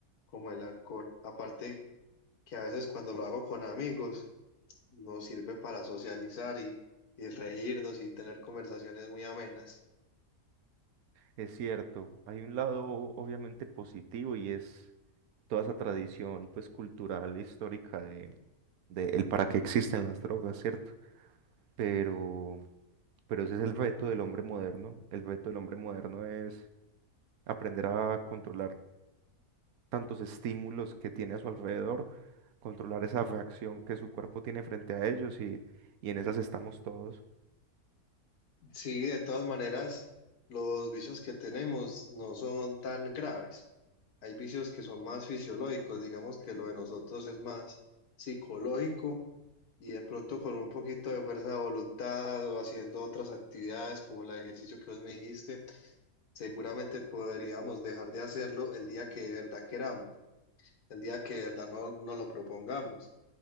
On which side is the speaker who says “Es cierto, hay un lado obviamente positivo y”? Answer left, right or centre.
Right